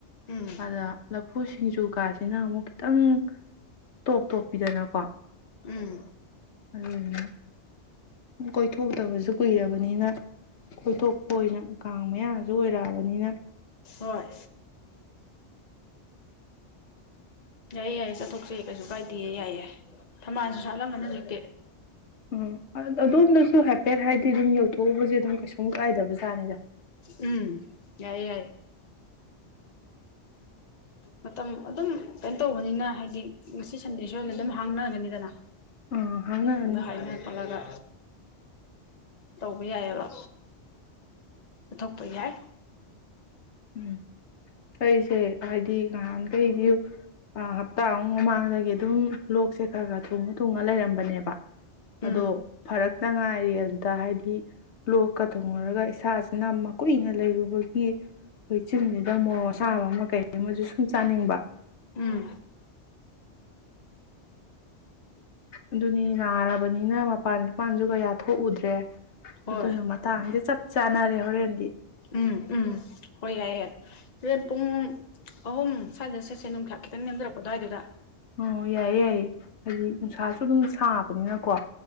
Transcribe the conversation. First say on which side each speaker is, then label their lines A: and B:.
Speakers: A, on the left (about 40°); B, on the left (about 75°).
A: ꯎꯝ
B: ꯑꯗ ꯂꯐꯨ ꯁꯤꯡꯖꯨ ꯀꯥꯖꯤꯅ ꯑꯃꯨꯛ ꯈꯤꯇꯪ ꯇꯣꯞ ꯇꯣꯞꯄꯤꯗꯅꯀꯣ
A: ꯎꯝ
B: ꯑꯗꯨꯗꯨꯅ ꯀꯣꯏꯊꯣꯛꯇꯕꯁꯨ ꯀꯨꯏꯔꯕꯅꯤꯅ ꯀꯣꯏꯊꯣꯛꯄ ꯑꯣꯏꯅ ꯀꯥꯡ ꯃꯌꯥꯖꯨ ꯑꯣꯏꯔꯛꯑꯕꯅꯤꯅ
A: ꯍꯣꯏ ꯌꯥꯏꯌꯦ ꯌꯥꯏꯌꯦ ꯆꯠꯊꯣꯛꯆꯦ ꯀꯩꯁꯨ ꯀꯥꯏꯗꯦꯌꯦ ꯌꯥꯏꯌꯦ ꯊꯝꯃꯜꯁꯨ ꯁꯥꯠꯂꯝꯒꯅꯤ ꯍꯧꯖꯤꯛꯇꯤ
B: ꯎꯝ ꯑꯗꯣꯝꯗꯁꯨ ꯍꯥꯏꯐꯦꯠ ꯍꯥꯏꯗꯤ ꯑꯗꯨꯝ ꯌꯧꯊꯣꯛꯎꯕꯖꯦ ꯑꯗꯨꯝ ꯀꯩꯁꯨꯝ ꯀꯥꯏꯗꯕꯖꯥꯠꯅꯤꯗ
A: ꯎꯝ ꯌꯥꯏ ꯌꯥꯏ ꯃꯇꯝ ꯑꯗꯨꯝ ꯀꯩꯅꯣ ꯇꯧꯕꯅꯤꯅ ꯍꯥꯏꯗꯤ ꯉꯁꯤ ꯁꯟꯗꯦꯁꯨ ꯑꯣꯏꯅ ꯑꯗꯨꯝ ꯍꯥꯡꯅꯒꯅꯤꯗꯅ
B: ꯑꯥ ꯍꯥꯡꯅꯔꯅꯤ
A: ꯑꯗ ꯍꯥꯏꯅ ꯈꯣꯠꯂꯒ ꯇꯧꯕ ꯌꯥꯏꯌꯦꯕ ꯆꯊꯣꯛꯄ ꯌꯥꯏ
B: ꯎꯝ ꯑꯩꯖꯦ ꯍꯥꯏꯗꯤ ꯉꯍꯥꯟꯈꯩꯗꯤ ꯍꯞꯇꯥꯃꯨꯛ ꯃꯃꯥꯡꯗꯒꯤ ꯑꯗꯨꯝ ꯂꯣꯛꯁꯦ ꯈꯔ ꯈꯔ ꯊꯨꯡꯉ ꯊꯨꯡꯉ ꯂꯩꯔꯝꯕꯅꯦꯕ ꯑꯗꯣ
A: ꯎꯝ
B: ꯐꯔꯛꯇ ꯉꯥꯏꯔꯤ ꯑꯗꯨꯗ ꯍꯥꯏꯗꯤ ꯂꯣꯛꯀ ꯊꯨꯡꯉꯨꯔꯒ ꯏꯁꯥꯁꯤꯅ ꯃꯀꯨꯏꯅ ꯂꯩꯔꯨꯕꯒꯤ ꯑꯈꯣꯏ ꯆꯤꯟꯁꯤꯗ ꯃꯣꯔꯣꯛ ꯑꯁꯥꯕ ꯑꯃ ꯀꯩꯃꯖꯨ ꯁꯨꯝ ꯆꯥꯅꯤꯡꯕ
A: ꯎꯝ
B: ꯑꯗꯨꯅꯤ ꯅꯥꯔꯕꯅꯤꯅ ꯃꯄꯥꯟ ꯏꯄꯥꯟꯁꯖꯨ ꯀꯌꯥ ꯊꯣꯛꯎꯗ꯭ꯔꯦ
A: ꯍꯣꯏ
B: ꯑꯗꯨꯅ ꯃꯇꯥꯡꯖꯤꯗ ꯆꯠꯄ ꯆꯥꯟꯅꯔꯦ ꯍꯣꯔꯦꯟꯗꯤ
A: ꯎꯝ ꯎꯝ ꯍꯣꯏ ꯌꯥꯏ ꯌꯥꯏ ꯍꯣꯔꯦꯟ ꯄꯨꯡ ꯑꯍꯨꯝ ꯁ꯭ꯋꯥꯏꯗ ꯆꯠꯁꯦ ꯅꯨꯡꯁ ꯈꯤꯇꯪ ꯅꯦꯝꯗꯔꯛꯄ ꯑꯗꯨ꯭ꯋꯥꯏꯗꯨꯗ
B: ꯑꯣ ꯌꯥꯏꯌꯦ ꯌꯥꯏꯌꯦ ꯍꯥꯏꯗꯤ ꯅꯨꯡꯁꯥꯁꯨ ꯑꯗꯨꯝ ꯁꯥꯕꯅꯤꯅꯀꯣ